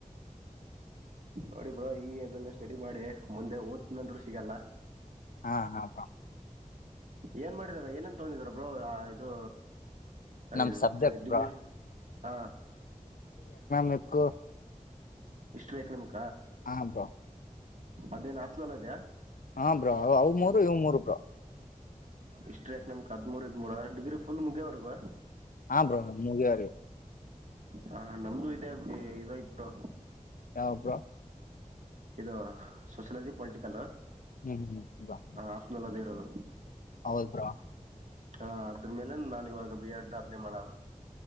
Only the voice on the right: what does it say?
ನೋಡಿ ಬ್ರೋ ಈ ಅದೆಲ್ಲ ಸ್ಟಡಿ ಮಾಡಿ ಮುಂದೆ ಓದತಿನಿದ್ರು ಸಿಗಲ್ಲ
ಏನ್ ಮಾಡಿದಾರ ಏನಂತ ತಂದಿದರ ಬ್ರೋ ಆ ಇದು ಹಯದು
ಡ ಡಿಗ್ರಿ
ಹಾ
ಇಷ್ಟು ಬೇಕು ನಿಮ್ಗ
ಅದೇನ್ ಅಪ್ಸೆನಲ್ ಅದೆಯ
ಇಷ್ಟ ರೇಟ್ ನಮಕ್ ಹದಮೂರ ಇದಮೂರ ಡಿಗ್ರಿ ಫುಲ್ ಮುಗ್ಯವರ್ಗ
ಹ ನಮ್ದು ಇದೆ ಇದ್ತ್ ಬ್ರೋ
ಇದು ಸೋಷಲಜಿ ಪೊಲಿಟಿಕಲ್
ಆಪ್ಷನಲ್ ಅದೇ ಇರೋದು
ಹಾ ಅದ್ರ ಮೇಲೆ ನಾನ ಇವಾಗ ಬಿ ಆಡ್ ಆದ್ಞೆ ಮಾಡದು